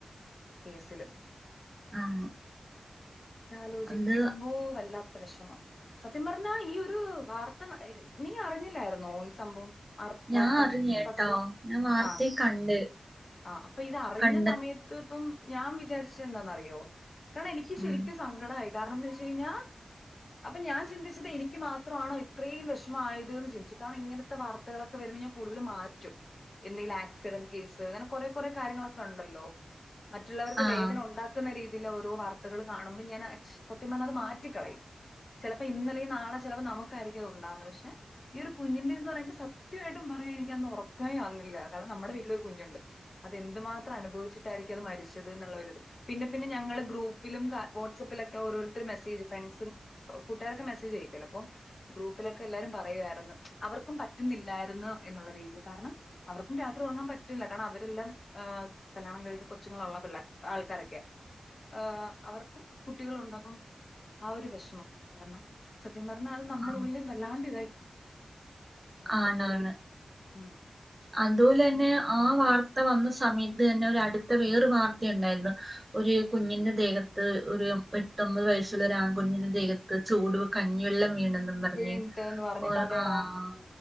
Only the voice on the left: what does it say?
കേസില്
ആലോചിക്കുമ്പോ
വല്ലാത്ത വെഷമം സത്യം പറഞ്ഞ ഈ ഒരു വാർത്ത നീ അറിഞ്ഞില്ലായിരുന്നോ ഈ സംഭവം
വാർത്ത
ഫസ്റ്റ്
ആഹ്
ആഹ് അപ്പൊ ഇത് അറിഞ്ഞ
സമയത്ത് ഇപ്പം ഞാൻ വിചാരിച്ച എന്താന്ന് അറിയോ കാരണം എനിക്ക് ശെരി
ക്ക് സങ്കടായി കാരണം എന്ത്‌ വെച്ച് കഴിഞ്ഞാ അപ്പൊ ഞാൻ ചിന്തിച്ചത് എനിക്ക് മാത്രമാണോ ഇത്രേയും വെഷമായത് എന്ന് ചിന്തിച്ചു കാരണം ഇങ്ങനെ ത്തെ വാർത്തകളൊക്കെ വരുമ്പോ ഞാൻ കൂടുതല് മാറ്റും എന്തെങ്കിലും ആക്സിഡന്റ് കേസ് അങ്ങനെ കൊറേ കൊറെ കാര്യങ്ങളൊക്കെണ്ടല്ലോ മറ്റുള്ളവർക്ക്
വേദന ഉണ്ടാക്കുന്ന രീതിയില് ഓരോ വാർത്തകള് കാണുമ്പോ ഞാന് അത് സത്യം പറഞ്ഞാ അത് മാറ്റിക്കളയും ചെലപ്പോ ഇന്നല്ലെങ്കിൽ നാളെ ചെലപ്പൊ നമുക്കായിരിക്കും അത് ഉണ്ടാവുന്നേ പക്ഷെ ഈ ഒരു കുഞ്ഞിന്റേന്ന് പറയുമ്പോ സത്യായിട്ടും പറയാ എനിക്കന്ന് ഒറക്കേ വന്നില്ല കാരണം നമ്മുടെ വീട്ടില് ഒരു കുഞ്ഞുണ്ട് അതെന്തു മാത്രം അനുഭവിച്ചിട്ടായിരിക്കും അത് മരിച്ചത് എന്ന്ള്ളോര്ത് പിന്നെ പിന്നെ ഞങ്ങള് ഗ്രൂ പ്പിലും വാട്സപ്പിലക്കെ ഓരോര്ത്തര് മെസേജ് ഫ്രണ്ട്സും കൂട്ടുരൊക്കെ മെസ്സേജ് അയക്കല്ലോ അപ്പൊ ഗ്രൂപ്പിലൊക്കെ എല്ലാരും പറയുവായിരുന്നു അവർക്കും പറ്റുന്നില്ലായിരുന്നു എന്നുള്ള രീതീല് കാരണം അവർക്കും രാത്രി ഒറങ്ങാൻ പറ്റില്ല കാരണം അവരെല്ലാം ആഹ് കല്ല്യാണം കഴിഞ്ഞ് കൊച്ചുങ്ങളൊള്ള പിള്ള ആൾക്കാരൊക്കെ ഏ അവർക്കും കുട്ടികളൊണ്ടെന്നും ആ ഒരു വെഷമം കാരണം സത്യം പറഞ്ഞാൽ അത് നമ്മടെ
ഉള്ളിൽ വല്ലാണ്ട് ഇതായി അങ്ങനത്തെ
കൊറെ ഉം
വീണിട്ട് എന്ന് പറഞ്ഞിട്ട്
അതേടാ